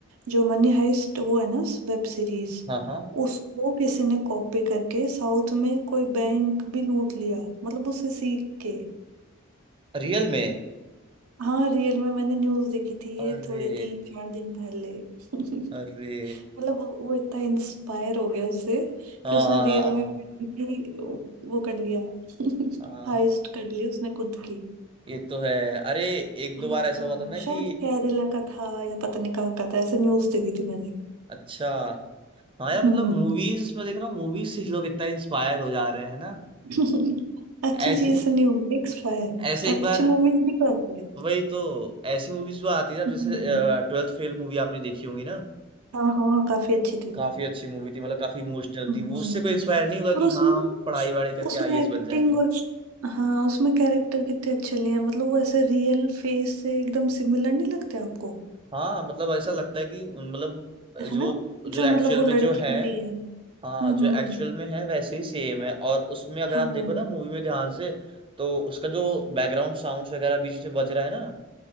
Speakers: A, on the right; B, on the right.
A: जो मनी हाइस्ट वो है ना वेब सीरीज
B: हाँ हाँ
A: उसको किसी ने कॉपी करके साउथ में कोई बैंक भी लूट लिया मतलब उससे सीख के
B: रियल में
A: हाँ रियल में मैंने न्यूज देखी थी ये
B: अरे
A: थोड़े तीन चार दिन पहले <laughs>
B: अरे
A: मतलब वो वो इतना इंस्पायर हो गया उससे
B: हाँ
A: कि उसने
B: हाँ
A: रियल
B: हाँ
A: में
B: हाँ,
A: ही वो कर लिया <laughs>
B: हाँ,
A: हाइस्ट
B: हाँ।
A: कर लिया उसने खुद की
B: ये तो है अरे एक दो
A: हाँ
B: बार ऐसा
A: हाँ,
B: हुआ था ना कि
A: शायद केरला का था या पता नहीं कहाँ का था ऐसे न्यूज देखी थी मैंने
B: अच्छा हाँ यार
A: हम्म
B: मतलब मूवीज में देख रहा हूँ मूवीज से लोग इतना इंस्पायर हो जा रहे हैं ना
A: <laughs> अच्छी
B: ऐसी
A: चीज से नहीं होगी एक्सपायर
B: ऐसे एक
A: अच्छी
B: बार
A: मूवीज भी तो आती है
B: वही तो ऐसी मूवीज भी आती है अब
A: हम्म
B: जैसे ट्वेल्थ फेल मूवी आपने देखी होगी ना।
A: हाँ हाँ काफी अच्छी थी
B: काफी अच्छी मूवी थी मतलब काफी इमोशनल
A: हम्म।
B: थी वो उससे कोई इंस्पायर नहीं होगा
A: और
B: कि
A: उसमें
B: हाँ हम पढ़ाई वढ़ाई करके
A: उसमें
B: आईएएस
A: एक्टिंग
B: बन जाए
A: और हाँ उसमें कैरेक्टर कितने अच्छे लिए हैं मतलब वो ऐसे रियल फेस से एकदम सिमिलर नहीं लगते आपको
B: हाँ मतलब ऐसा लगता है कि उन- मतलब
A: है
B: जो
A: ना जो
B: जो एक्चुअल
A: मतलब वो
B: में
A: लड़की
B: जो है
A: भी ली है हम्म
B: हाँ जो
A: हम्म
B: एक्चुअल में है वैसे ही सेम है और उसमें अगर
A: हाँ
B: आप देखो ना मूवी में ध्यान से तो उसका जो बैकग्राउंड साउंड्स वगैरह बीच में बज रहा है ना